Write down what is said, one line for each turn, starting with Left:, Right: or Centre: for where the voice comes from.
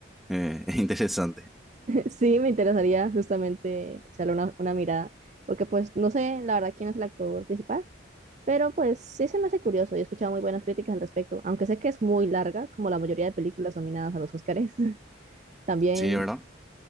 Centre: eh, <laughs> es interesante.
Right: Sí, me interesaría justamente echarle una, una mirada, porque pues no sé la verdad quién es el actor principal, pero pues sí se me hace curioso y he escuchado muy buenas críticas al respecto, aunque sé que es muy larga, como la mayoría de películas nominadas a los Oscars. <laughs> También,
Centre: Sí, ¿verdad?